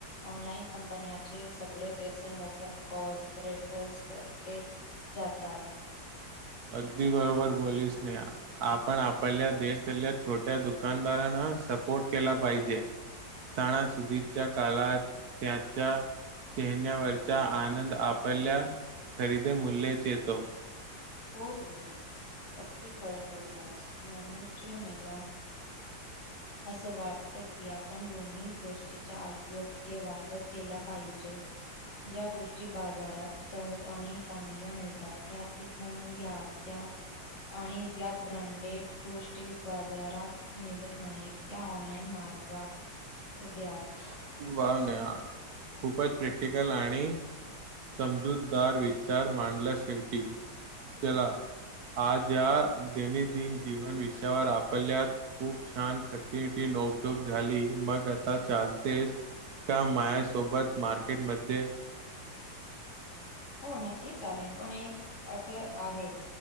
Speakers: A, on the left; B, on the right.
A: ऑनलाइन कंपन्याचे सगळे पैसे. मोठ्या कॉर्परेटर्सडे जातात
B: अगदी बरोबर बोललीस नाही या आपण आपल्या देशातल्या छोट्या दुकानदारांना सपोर्ट केला पाहिजे. सणासुदीच्या काळात त्याच्या चेहन्यावरच्या आनंद आपल्या खरेदीे मूल्यच येतो.
A: हो ध्रुव अती खरं बोललास म्हणुच. मेला
B: <inaudible>
A: असं वाटत की आपण दोन्ही गोष्टीचा अयोग्य वापर केला. पाहिजे. ज्या गोष्टी बाजारात सहज आणि चांगल्या मिळतात. त्या होऊन घ्याव. त्या आणि या ब्रँडेड गोष्टी बाजारात मिळत नाहीत. त्या ऑनलाइन मागवा व्यात.
B: वा न्या खूपच प्रॅक्टिकल आणि समजूतदार विचार मांडला शेवटी चला. हा ज्या दैनिंदिन जीवन विषयावर आपल्या खूप छान कठीणटी नको टोक झाली मग आता चाल. ते का मायासोबत मार्केटमध्ये.
A: हो नक्कीच, चालेल पण एक अट आहे.